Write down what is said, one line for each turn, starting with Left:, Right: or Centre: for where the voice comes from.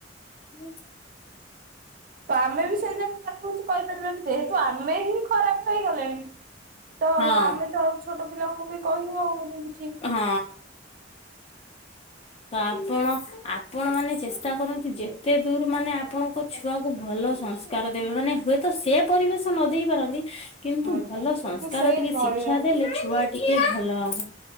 Left: ହୁଁ।
Right: ତ ଆମେ ବି ସେଇ ଜାଗା ତାଙ୍କୁ କିଛି କହିପାରିବାନି ଯେହେତୁ ଆମେ ହିଁ ଖରାପ ହେଇଗଲେଣି ତ
Left: ହଁ
Right: ଆମେ ତ ଆଉ ଛୋଟ ପିଲାଙ୍କୁ ବି କହି ହଉନି। କିଛି।
Left: ହଁ। ତ ଆପଣ ଆପଣ ମାନେ ଚେଷ୍ଟା କରନ୍ତିୁ ଯେତେ ଦୂର ମାନେ ଆପଣଙ୍କ ଛୁଆକୁ ଭଲ ଭଲ ସଂସ୍କାର ଦେବେ ମାନେ ହୁଏତ ସେ ପରିବେଶ ନ ଦେଇେଇ ପାରନ୍ତି। କିନ୍ତୁ
Right: ଆଜ୍ଞା
Left: ଭଲ
Right: କିନ୍ତୁ
Left: ସଂସ୍କାର
Right: ସେଇ
Left: ଟିକେ
Right: ଭଳିଆ
Left: ଶିକ୍ଷା ଦେଲେ ଛୁଆ ଟିକେ ଭଲ ହବ